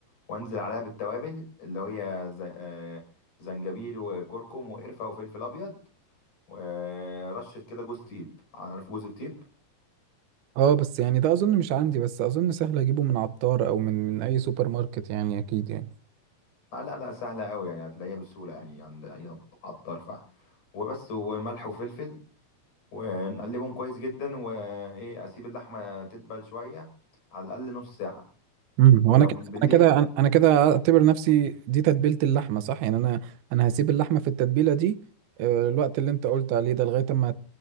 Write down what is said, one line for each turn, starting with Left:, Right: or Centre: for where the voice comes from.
Left: وانزل عليها بالتوابل اللي هي زي... آه، زنجبيل وكركم وقرفة وفلفل أبيض ورشه كده جوز تيب عارف جوز التيب
Right: اه بس يعني ده أظن مش عندي بس أظن سهل أجيبه من عطار أو من من أي سوبر ماركت يعني أكيد يعني
Left: آه لا لا سهله قوي يعني هتلاقيها بسهوله يعني عند اي عطار فرع وبس وملح وفلفل ونقلبهم كويس جدا وايه اسيب اللحمه تدبل شويه على الاقل نص ساعه
Right: امم
Left: ولو
Right: وانا كده
Left: من بالليل
Right: انا كده انا أنا كده اعتبر نفسي دي تتبيله اللحمه صح يعني انا انا هسيب اللحمه في التتبيله دي آه، الوقت اللي انت قلت عليه ده لغايه اما